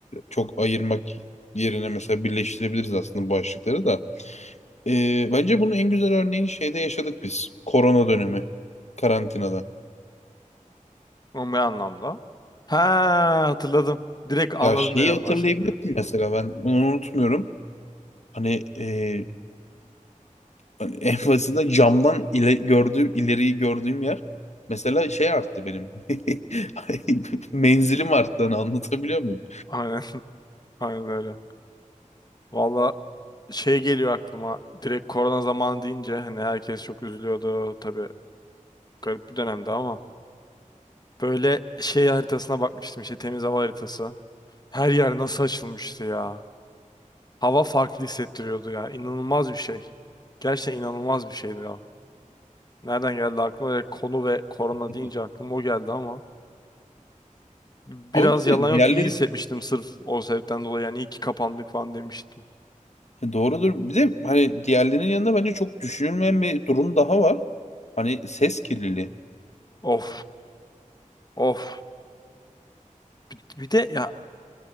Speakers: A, on the left; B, on the left.
A: çok ayırmak yerine mesela birleştirebiliriz aslında bu başlıkları da. Ee, bence bunun en güzel örneğini şeyde yaşadık biz. Korona dönemi karantinada.
B: O ne anlamda? Ha hatırladım. Direkt anladın
A: Ya şeyi
B: neden
A: hatırlayabilirsin
B: bahsettiğini.
A: mesela ben bunu unutmuyorum. Hani e, hani <laughs> en basitinden camdan ile, gördüğüm ileriyi gördüğüm yer mesela şey arttı benim. <laughs> Menzilim arttı hani anlatabiliyor muyum?
B: Aynen, <laughs> aynen öyle. Valla şey geliyor aklıma. Direkt korona zamanı deyince hani herkes çok üzülüyordu. Tabii garip bir dönemdi ama. Böyle şey haritasına bakmıştım işte temiz hava haritası. Her yer nasıl açılmıştı ya. Hava farklı hissettiriyordu ya. İnanılmaz bir şey. Gerçekten inanılmaz bir şeydi ya. Nereden geldi aklıma? Direkt Konu ve korona
A: <clears throat>
B: deyince aklıma o geldi ama. Biraz
A: Ama bir de
B: yalan
A: diğerleri
B: yok iyi hissetmiştim sırf o sebepten dolayı. Yani iyi ki kapandık falan demiştim.
A: e, doğrudur. Bir de hani diğerlerinin yanında bence çok düşünülmeyen bir durum daha var. Hani ses kirliliği
B: Of of. Bir, bir de ya